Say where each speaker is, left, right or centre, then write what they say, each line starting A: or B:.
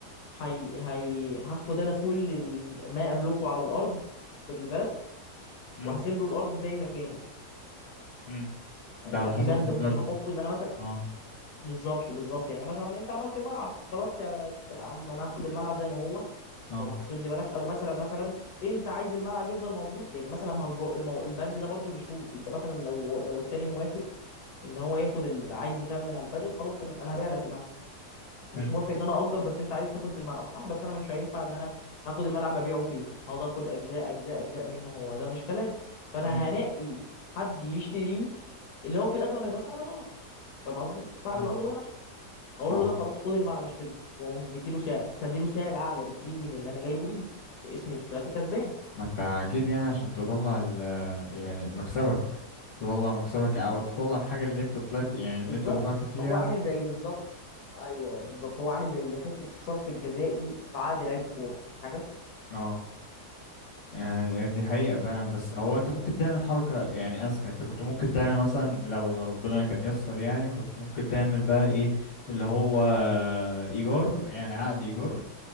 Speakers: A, on the left (about 75°); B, on the left (about 50°).
A: هي... هي... هاخد انا كل الم- ما املكه على الارض خد لي بالك
B: امم
A: وهسيب له الارض زي ما كانت
B: امم
A: يعني
B: ده على
A: انا في
B: حسب
A: بند
B: البند
A: ممكن احطه ان انا مثلا
B: اه
A: بالظبط بالظبط يعني مثلا انت عملت الملعب خلاص يا عم انا هاخد الملعب زي ما هو
B: اه
A: واخد لي بالك او مثلا مثلا انت عايز الملعب يفضل موجود يعني مثلا ما هو الب- المو- البند ده برضه بشروط انت مثلا لو لو التاني موافق ان هو ياخد ال... عايز يكمل على الفاضل خلاص تمام انا هبيع لك الملعب
B: حلو
A: مش موافق ان انا اجر بس انت عايز تاخد الملعب صح بس انا مش هينفع ان انا هاخد الملعب ابيعه فيه هقعد اخد اجزاء اجزاء اجزاء منه هو ده مش كلام فانا
B: امم
A: هنقي حد يشتريه اللي هو في الاغلب هيبقى صاحب الارض فاهم قصدي؟ صاحب
B: امم
A: الارض بقى نفسه اقول
B: ما
A: له
B: هو
A: لا خلاص خد الملعب اشتري واقوم مديله سعر بس اديله سعر اعلى بكتير من اللي انا جايبه بيه اسمي طلعت كسبان
B: ما انت اكيد يعني عشان تطلع ال يعني مكسبك تطلع مكسبك او تطلع الحاجة اللي انت طلعت يعني
A: بالظبط
B: اللي انت دفعت فيها
A: هو عامل زي بالظبط ايوه بالظبط هو عامل زي حته الشرط الجزائي في عقد لعيب الكوره حاجه
B: اه يعني دي حقيقة فعلا بس هو انت ممكن تعمل حركة يعني اذكى انت كنت ممكن تعمل مثلا لو ربنا كان يسر يعني كنت ممكن تعمل بقى ايه اللي هو ايجار يعني عقد ايجار